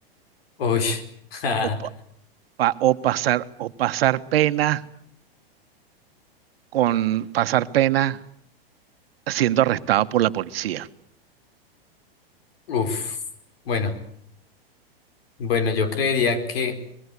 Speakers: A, on the left (about 75°); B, on the right (about 75°).
A: uy, <laughs>
B: o, pa- pa- o pasar, o pasar pena con pasar pena siendo arrestado por la policía.
A: uf, bueno, bueno, yo creería que,